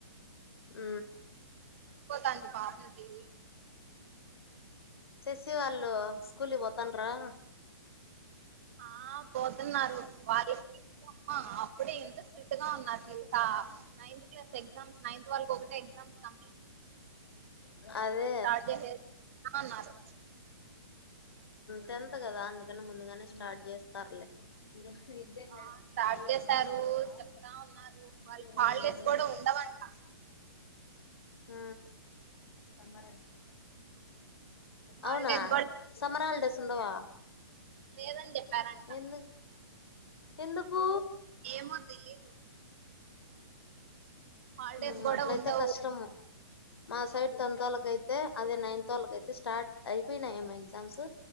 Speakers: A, on the left (about 65°); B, on the right (about 30°).
A: ఆ
B: త అజ పాపలు <unintelligible>
A: శశివాళ్ళు స్కూల్కి పోతానరా
B: ఆ పోతున్నారు వాళ్ళకి అప్పుడే ఎంత స్ట్రిక్ట్ గా ఉన్నారో తెలుసా నైన్త్ క్లాస్ ఎగ్జామ్స్ నైన్త్ వాళ్ళకి ఒకటే ఎగ్జామ్స్ క
A: అదే
B: స్టార్ట్ చేసేసి అన్నారు
A: టెన్త్ కదా అందుకని ముందుగానే స్టార్ట్ చేస్తారులే నిజంగానే
B: ఆ స్టార్ట్
A: ఈరోజుంచి
B: చేశారు
A: సార్
B: చెప్తా ఉన్నారు వాళ్ళకి
A: చెారు
B: హాలిడేస్ కూడా ఉండవంట
A: ఆ సమ్మర్
B: హాలిడేస్
A: అవునా సమ్మరాాల డేస్ ఉండవా
B: లేదండి వరంట
A: ఎందు ఎందుకు
B: ఏమో తెలీదు హాలిడేస్
A: అ ఉ
B: కూడా
A: అట్లయితే
B: ఉండవు
A: కష్టము మా సైడ్ తొమ్మిదోళ్ళకైతే అ అదే నైన్త్ వాళ్ళక అయితే స్టార్ట్ అయిపోయిన ఏమో ఎగ్జామ్స్